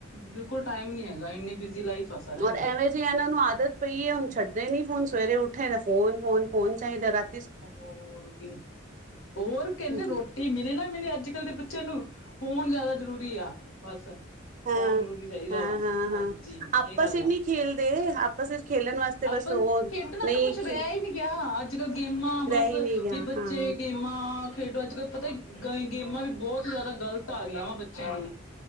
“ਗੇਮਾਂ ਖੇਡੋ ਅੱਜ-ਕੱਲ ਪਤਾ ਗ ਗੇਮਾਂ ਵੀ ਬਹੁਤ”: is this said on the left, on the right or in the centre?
Left